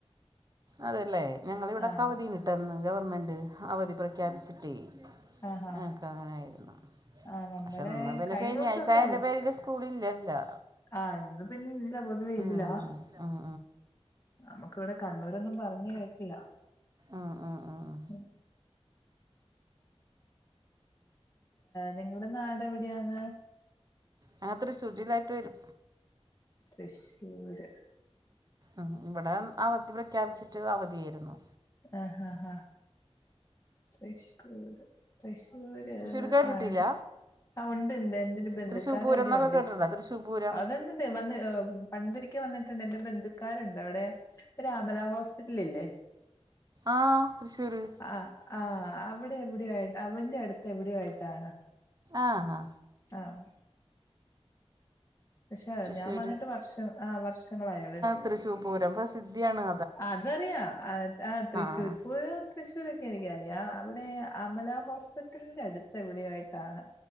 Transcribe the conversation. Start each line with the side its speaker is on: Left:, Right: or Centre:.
Right: അതല്ലേ ഞങ്ങളിവിടെ
Left: ആഹ്
Right: കവതിന് പെട്ടെന്ന് ഗവണ്മെൻറ് അവധി പ്രഖ്യാപിച്ചിട്ടേ
Left: ആഹാ
Right: ഞങ്ങക്ക് അങ്ങനായിരുന്നു
Left: ആഹ് നമ്മടെ
Right: പക്ഷെ ഇന്ന് പിന്നെ
Left: കഴിഞ്ഞ
Right: ശനിയാഴ്ച
Left: ദിവസൊക്കെ
Right: അയിന്റെ
Left: അവ
Right: പേരില് സ്കൂളില്ലല്ലോ
Left: ആഹ് ഇന്ന് പിന്നെ ഇല്ല പൊതുവെ ഇല്ല
Right: ഉം ഉം ഉം
Left: നമ്മുക്ക് ഇവിടെ കണ്ണൂരൊന്നും പറഞ്ഞ് കേക്കില്ല
Right: ആഹ് ആഹ് ആഹ്
Left: ഉം നിങ്ങളുടെ നാട് എവിടെയാണ്
Right: അങ്ങതൊരു ശുചിപാക്കേജ്
Left: തൃശ്ശൂര്
Right: ഉമ് ഇവിടെ അവധി പ്രഖ്യാപിച്ചിട്ട് അവധിയായിരുന്നു.
Left: ആഹ് ആഹ് ആഹ് തൃശ്ശൂർ തൃശൂര്
Right: തൃശ്ശൂർ കേട്ടിട്ടില്ല
Left: ആണ്. ആഹ് ഉണ്ട്ണ്ട് എന്റെരു ബന്ധുക്കാര്
Right: തൃശ്ശൂർ പൂരം
Left: അവിടെയുണ്ട്
Right: എന്നൊക്കെ കേട്ടിട്ടുണ്ടോ തൃശ്ശൂർ പൂരം
Left: അത്ണ്ട് ണ്ട് വ് പണ്ടൊരിക്കെ വന്നിട്ടുണ്ട് എന്റെ ബന്ധുക്കാരുണ്ട് അവിടെ ഒരു അമല ഹോസ്പിറ്റലില്ലേ
Right: ആഹ് തൃശ്ശൂര്
Left: ആഹ് ആഹ് അവിടെ എവിടെയ് ആയിട്ട് അവന്റെ അടുത്ത് എവിടെയയിട്ടാണ്.
Right: ആഹ് ഹാ
Left: ആഹ് പക്ഷേ
Right: തൃശ്ശൂർ
Left: ഞാൻ വന്നിട്ട് വർഷം ആഹ് വർഷങ്ങളായോടെ
Right: തൃശൂപൂരം പ്രസിദ്ധ ധിയാണ്.
Left: അതറിയാ ആഹ് തൃശൂർപൂരം
Right: ആ
Left: തൃശ്ശൂരൊക്കെ എനിക്കറിയാം അവിടെ അമല ഹോസ്പിറ്റലിന്റെ അടുത്ത് എവിടെ ആയിട്ടാണ്.